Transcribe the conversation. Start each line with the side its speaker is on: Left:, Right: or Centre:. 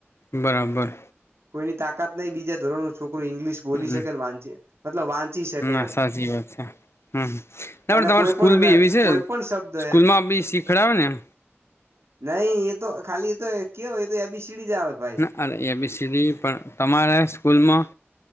Left: બરાબર
Right: કોઈની તાકાત નહીિ બીજા ધોરણો છોકર ઇંગ્િશ બોલી
Left: હમ
Right: શકે ને વાંચ છે મતલબ વાંચી શકે
Left: ના
Right: એમ
Left: સાચી વાત છે હમ ના
Right: અને
Left: તમારી
Right: કોઈ
Left: સ્કૂલ
Right: પણ એટલે
Left: બી એવી છે
Right: કોઈ પણ શબ્દ
Left: સ્કૂલ
Right: એમ
Left: માં બી શીખડ આવે નેમ
Right: નહી એ તો ખાલી એ તો કેવય એ તો એ બી સડી જ આવે ભાઈ
Left: ના અરે એ બી પણ તમારા સ્કૂલમાં